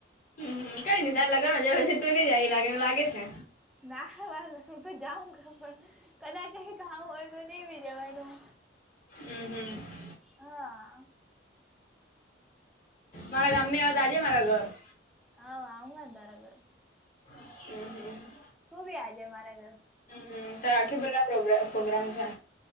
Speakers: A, on the left (about 40°); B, in the centre.
A: હમ કઈ નઈ તાર લગ ના જ પછી તું નઈ જાય લાગે એ લાગે છે
B: ના વા હું તો જાઉં ક પણ કદાચ ખામું હોય તો નહી બ જેવાનું
A: હમ હમ
B: હા
A: મારા ગામમે આવવા દાજે મારા ઘર
B: હ અંગ તારગ
A: હમ હમ
B: તું ભી આજે મારા ઘર
A: હમ ત આખી બાગ પ્રોગ્રામ છે